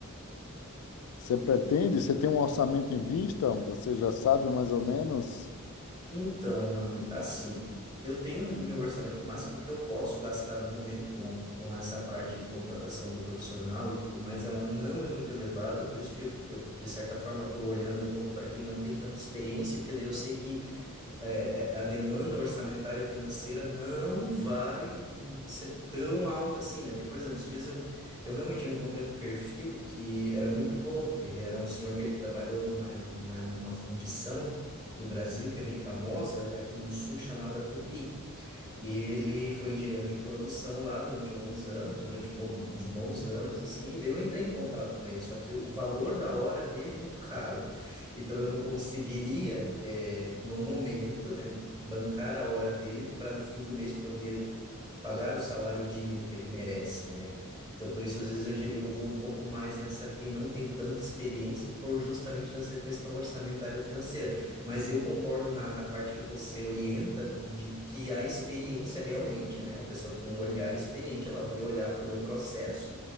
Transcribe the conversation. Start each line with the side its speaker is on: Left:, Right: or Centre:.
Left: Você pretende? Você tem um orçamento em vista? Você já sabe mais ou menos?
Right: Então, mano, assim, eu tenho o meu orçamento máximo que eu posso gastar no momento com, com essa parte de contratação do profissional e tudo mais, ela não é muito elevada, por isso que eu, de certa forma, estou olhando um pouco para quem não tem tanta experiência, porque daí eu sei que é, é, a demanda orçamentária financeira não vai hum, ser tão alta assim, né? Porque, por exemplo, esses dias eu, eu realmente eu encontrei um perfil que era muito bom. Ele era um senhor que ele trabalhou numa, numa, numa fundição do Brasil que é bem famosa aqui no sul, chamada Tupi. E ele foi engenheiro de produção lá durante alguns anos, durante bo- uns bons anos, assim, e daí eu entrei em contato com ele, só que o o valor da hora dele é muito caro. Então eu não conseguiria, eh, no momento, né, bancar a hora dele para no fim do mês poder pagar o salário digno que ele merece, né? Então por isso às vezes a gen- eu vou um pouco mais nessa quem não tem tanta experiência por justamente nessa questão orçamentária financeira. Mas eu concordo na, na parte que você orienta de que a experiência realmente, né? A pessoa com um olhar experiente, ela vai olhar para o meu processo